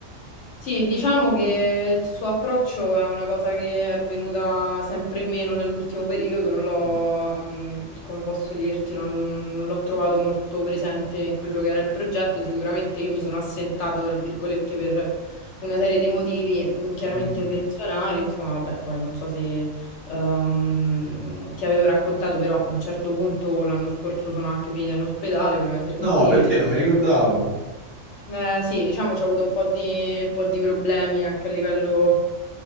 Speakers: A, on the left; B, in the centre.
A: Sì, diciamo che il suo approccio è una cosa che è venuta sempre meno nell'ultimo periodo, non l'ho,
B: Mh,
A: mm, come posso dirti, non, non l'ho trovato molto presente in quello che era il progetto. Sicuramente io mi sono assentata, tra virgolette, per una serie di motivi, mm, chiaramente
B: mh.
A: personali, insomma, beh, poi non so se ehm, ti avevo raccontato, però a un certo punto l'anno scorso sono anche finita in ospedale per una serie di
B: No,
A: motivi.
B: perché non mi ricordavo.
A: Eh, sì, diciamo, c'ho avuto un po' di, un po' di problemi anche a livello,